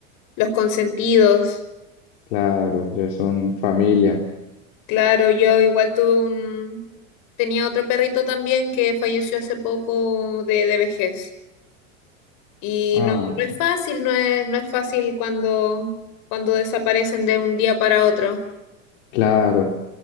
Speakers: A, on the left; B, on the left.
A: los consentidos.
B: Claro, ya son familia.
A: Claro, yo igual tuve un... Tenía otro perrito también que falleció hace poco de, de vejez. Y
B: Ah,
A: no, no es fácil, no es, no es fácil cuando, cuando desaparecen de un día para otro.
B: claro,